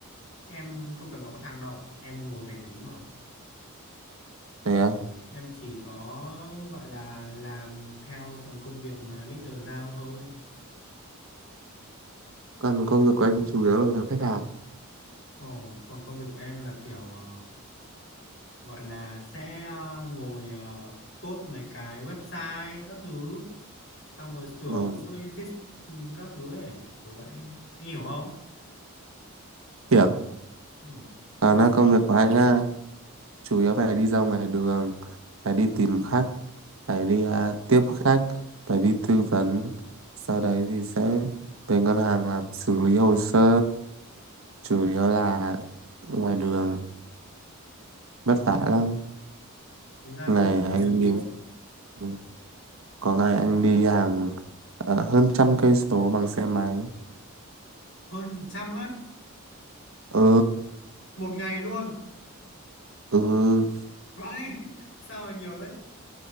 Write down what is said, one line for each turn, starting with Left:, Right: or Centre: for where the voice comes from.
Left: em có cần gặp khách hàng đâu em ngồi máy tính mà
Right: thế á
Left: em chỉ có gọi là làm theo phần công việc mà leader giao thôi
Right: còn công việc của anh chủ yếu là gặp khách hàng
Left: ồ còn công việc của em là kiểu ờ, gọi là sẽ ờ, ngồi ờ, code mấy cái website các thứ xong rồi sửa
Right: ừ.
Left: lỗi fix ừ, các thứ ấy kiểu vậy anh hiểu không
Right: hiểu
Left: ừ.
Right: à
Left: đấy
Right: nó công việc của anh á chủ yếu phải đi ra ngoài đường phải đi tìm khách phải đi à, tiếp khách phải đi tư vấn sau đấy thì sẽ về ngân hàng làm xử lý hồ sơ chủ yếu là ngoài đường vất vả lắm
Left: Thành ra
Right: ngày
Left: cũng được
Right: anh
Left: nhiều việc
Right: đi
Left: nhỉ.
Right: ừ, có ngày anh đi hàng ờ, hơn trăm cây số bằng xe máy
Left: hơn trăm á
Right: ừ
Left: một ngày luôn
Right: ừ
Left: vậy <laughs> sao mà nhiều thế